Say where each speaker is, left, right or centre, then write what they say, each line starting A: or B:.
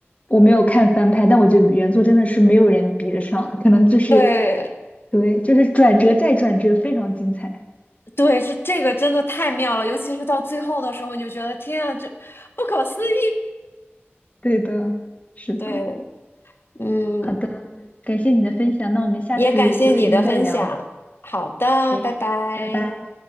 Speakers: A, on the left; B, on the left.
A: 我没有看翻拍，但我觉得原作真的是没有人比得上，可能就是，
B: 对，
A: 对，就是转折再转折，非常精彩。
B: 对，这这个真的太妙了，尤其是到最后的时候，你就觉得天啊，这不可思议。
A: 对的，是的，
B: <laughs> 对，嗯，
A: 好的，感谢你的分享，那我们下次有时间再聊。
B: 也感谢你的分享。好的，
A: OK，
B: 拜拜。
A: 拜拜。